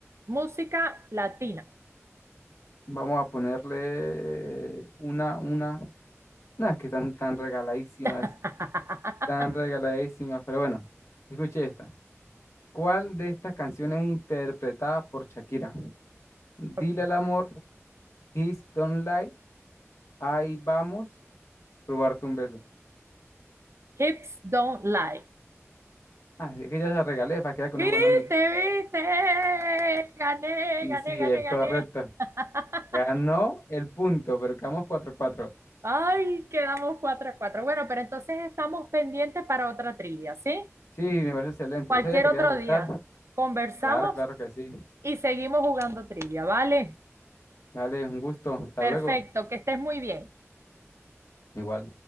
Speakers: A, on the right; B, on the left.
A: música latina.
B: Vamos a ponerle una, una, nada, es que están tan regaladísimas,
A: <laughs>
B: tan regaladísimas, pero bueno, escuche esta. ¿Cuál de estas canciones es interpretada por Shakira? Dile
A: Ok,
B: al amor, Kiss Don't Lie, Ahí vamos, robarte un beso.
A: Hips Don't Lie.
B: Ah, es que ya se regalé para quedar con
A: ¿Viste,
B: un buen amigo.
A: viste? Gané,
B: Y
A: gané,
B: sí, es
A: gané, gané.
B: correcto.
A: <laughs>
B: Ganó el punto, pero quedamos cuatro cuatro.
A: Ay, quedamos cuatro a cuatro Bueno, pero entonces estamos pendientes para otra trivia, ¿sí?
B: Sí, me parece excelente.
A: Cualquier
B: Yo sabía que
A: otro
B: te iba a gustar.
A: día. Conversamos
B: Claro, claro que sí.
A: y seguimos jugando trivia, ¿vale?
B: Dale, un gusto. Hasta
A: Perfecto,
B: luego.
A: que estés muy bien.
B: Igual.